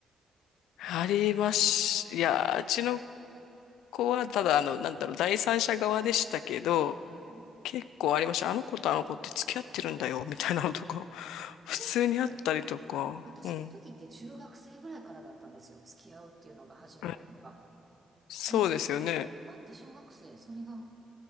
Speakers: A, on the left (about 75°); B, on the right (about 35°).
A: ありまし、
B: みたいな。
A: いや、うちの子はただ、あの、なんだろう、第三者側でしたけど、
B: うん。
A: 結構ありました。あの子とあの子って付き合ってるんだよ、みたいなのとか、
B: これって、
A: 普通にあったりとか、
B: 私の時って中学生ぐらいからだったんですよ。
A: うん。
B: 付き合うっていうのが始まったのが。
A: うんそうですよね。
B: 今、今って小学生、それが